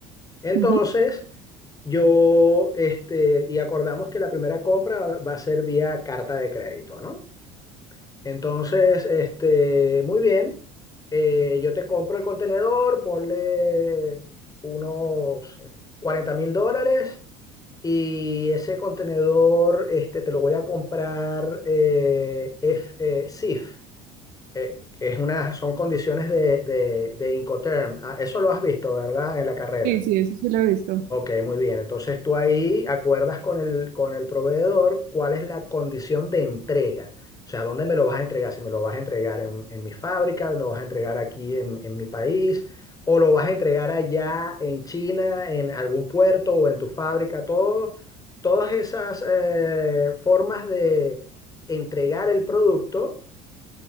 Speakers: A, on the left; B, on the right.
A: Entonces,
B: Ujú.
A: yo, este, y acordamos que la primera compra va a ser vía carta de crédito, ¿no? Entonces, este, muy bien, eh, yo te compro el contenedor, ponle unos cuarenta mil dólares y ese contenedor, este, te lo voy a comprar eh, F, eh, CIF eh, es una, son condiciones de, de, de Incoterm. Ah, eso lo has visto, ¿verdad? En la carrera.
B: Sí, sí, eso sí lo he visto.
A: Ok, muy bien. Entonces tú ahí acuerdas con el, con el proveedor cuál es la condición de entrega. O sea, ¿dónde me lo vas a entregar? Si me lo vas a entregar en, en mi fábrica, lo vas a entregar aquí en, en mi país, o lo vas a entregar allá en China, en algún puerto o en tu fábrica, todo, todas esas eh, formas de entregar el producto